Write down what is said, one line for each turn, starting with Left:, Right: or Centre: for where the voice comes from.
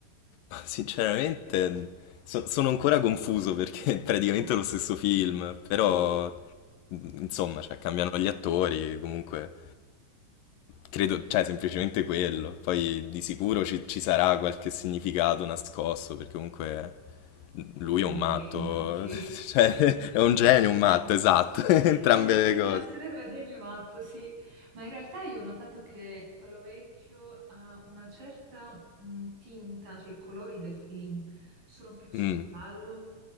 Left: Ma Sinceramente, so- sono ancora confuso perché è praticamente
Right: <laughs>
Left: lo stesso film, però,
Right: Sì,
Left: insomma, cioè, cambiano gli attori, comunque Credo, cioè, semplicemente quello. Poi di sicuro ci, ci sarà qualche significato nascosto, perché comunque
Right: lui
Left: lui
Right: è un
Left: è un matto,
Right: genio, sì.
Left: <laughs> cioè, è un genio, un matto, esatto, <laughs> entrambe
Right: <laughs> È una combinazione
Left: le cose.
Right: tra genio e matto, sì, ma in realtà io ho notato che quello vecchio ha una certa mh, tinta, cioè i colori del film sono più sul
Left: Mm,
Right: giallo